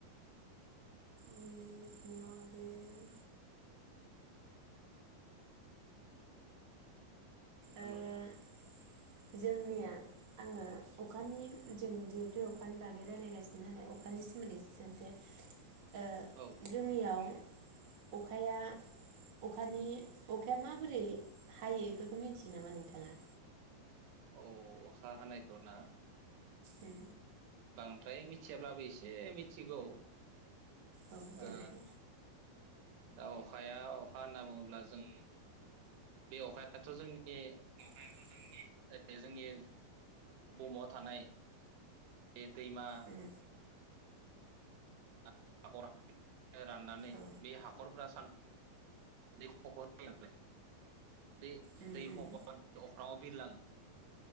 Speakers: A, on the right; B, on the right.
A: आंनि मिथिनायाव आरो
B: हेलौ
A: आरो ओ जोंनिया आङो अखानि जों जिहेतु अखानि बागै रायलायगासिनो नालाय अखानि सोमोन्दै सोंनोसै। ओ
B: औ
A: जोंनियाव अखाया अखानि अखाया माबोरै हायो बेफोरखौ मिथियो नामा नोंथाङा?
B: अ अखा हानाय जाना
A: उम
B: बांद्राय मि जेब्लाबो एसे ए मिथिगौ
A: औ देलाय
B: ओ दा अखाया अखा होनना बुङोब्ला जों बे अखायाथ' जोंनि
A: अखायाथ' जोंनि
B: ओ जोंनि बुहुमाव थानाय बे दैमा
A: उम
B: <unintelligible> राननानै
A: औ
B: बे हाखरफोरा सान दै खफ' जों बे
A: उम
B: दै
A: उम
B: खफ अख्रङाव बिरलाङो।